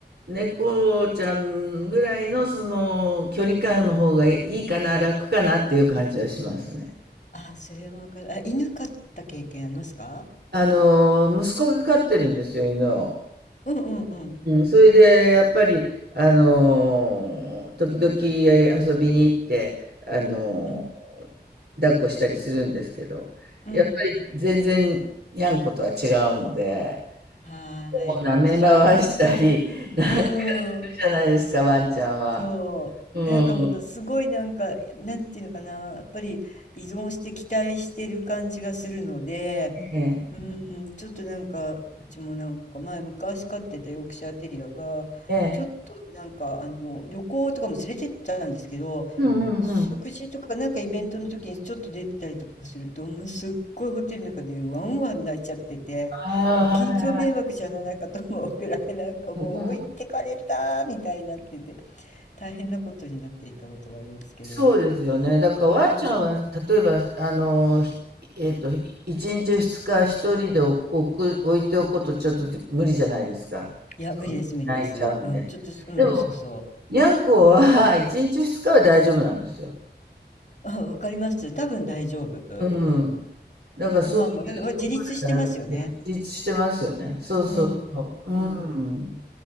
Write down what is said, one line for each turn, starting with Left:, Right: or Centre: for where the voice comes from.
Right: 猫ちゃんぐらいのその距離感の方がいいかな、楽かなっていう感じはしますね。
Left: あ、それはわかる。あ、犬飼った経験ありますか
Right: あの、息子が飼ってるんですよ、犬を。
Left: うんうんうん。
Right: うん、それで、やっぱり、あのー時々遊びに行って、あのー
Left: うん。
Right: 抱っこしたりするんですけど、
Left: うん。
Right: やっぱり全然、にゃんことは違うので、
Left: はーい。
Right: こう舐め回したり、
Left: あの私も、
Right: <laughs> なんか
Left: うーん。
Right: じゃないですか、ワンちゃんは。
Left: そう。
Right: うん。
Left: なんかものすごいなんか、なんていうのかな、やっぱり依存して期待してる感じがするので、
Right: ええ。
Left: うーん、ちょっとなんか、うちもなんか前昔飼ってたヨークシャーテリアが、
Right: ええ。
Left: ちょっとなんかあの旅行とかも連れてったんですけど、
Right: うんうんうん。
Left: 食事とかなんかイベントの時にちょっと出てたりとかすると、もうすっごいホテルの中でワンワン泣いちゃってて、
Right: ああ、
Left: ご近所迷惑じゃないかと思うくらいなんかもう置いてかれたみたいになってて、
Right: はいはい。うん
Left: 大変なことになっていたことがありますけど。
Right: そうですよね。だからワンちゃんは、
Left: うん。
Right: 例えば、あの、ひえっと、ひ一日二日一人で置置く、置いておくこと、ちょっと無理じゃないですか。
Left: いや、
Right: そう泣いちゃうんで。
Left: 無理です、無理です。うん、ちょっとうん、
Right: でも、
Left: そうそ
Right: にゃんこは <laughs> 一日二日は大丈夫なんですよ。
Left: う。あ、わかります。多分大丈夫。
Right: うん。
Left: うん。
Right: だからそういう、
Left: ご飯もね、わ自立してますよね。
Right: <laughs> だいぶ自立してますよね。そうそうそう。
Left: うん、うん、うん。
Right: うん。